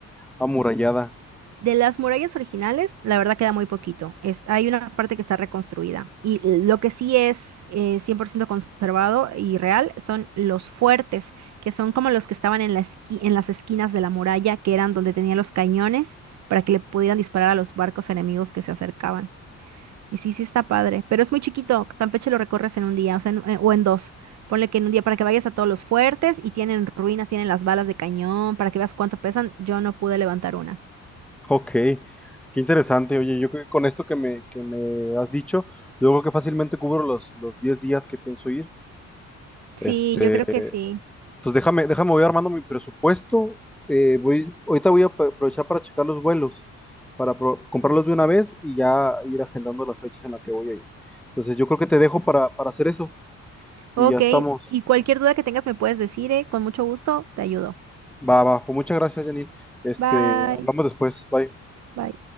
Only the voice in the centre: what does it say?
amurallada.
Ok, qué interesante. Oye, yo creo que con esto que me, que me has dicho, yo creo que fácilmente cubro los, los 10 días que pienso ir.
Este,
pues déjame, déjame, voy armando mi presupuesto. Eh, voy, ahorita voy a apro- aprovechar para checar los vuelos, para pro- comprarlos de una vez y ya ir agendando las fechas en las que voy a ir. Entonces, yo creo que te dejo para, para hacer eso
y ya estamos.
Va, va. Pues muchas gracias, Janine. Este,
hablamos después. Bye.